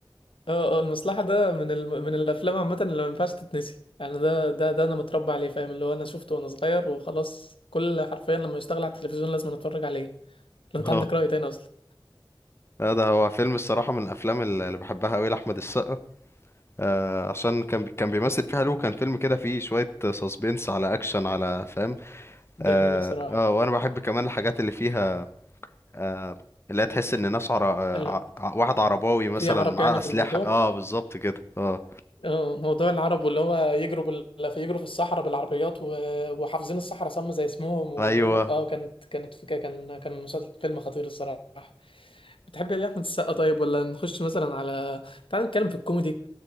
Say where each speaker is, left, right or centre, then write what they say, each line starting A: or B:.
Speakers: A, on the left; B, on the left.
A: اه اه المصلحة ده من الم... من الأفلام عامة اللي ما ينفعش تتنسي يعني ده ده ده أنا متربى عليه فاهم اللي هو أنا شفته وأنا صغير وخلاص كل حرفيا لما يشتغل على التلفزيون لازم أتفرج عليه لو
B: <laughs>
A: أنت عندك
B: اه
A: رأي تاني أصلا
B: لا، ده هو فيلم الصراحة من الافلام اللي اللي بحبها قوي لاحمد السقا آه، عشان كان بي- كان بيمثل فيها حلو كان فيلم كده فيه شوية سسبنس على اكشن على فاهم
A: دي
B: اه
A: حقيقة صراحة
B: آه، وانا بحب كمان الحاجات اللي فيها آه، اللي هي تحس ان ناس عر... آه،
A: هلا
B: ع- واحد عرباوي مثلا
A: في عرب
B: معاه
A: يعني
B: اسلحة
A: في الموضوع
B: اه بالظبط كده اه
A: اه موضوع العرب واللي هو يجروا بال... في يجروا في الصحراء بالعربيات و... وحافظين الصحراء صم زي اسمهم وال...
B: ايوه
A: اه كانت كانت فكرة كان كان مسلسل فيلم خطير الصراحة بتحب يا احمد السقا طيب ولا نخش مثلا على تعال نتكلم في الكوميدي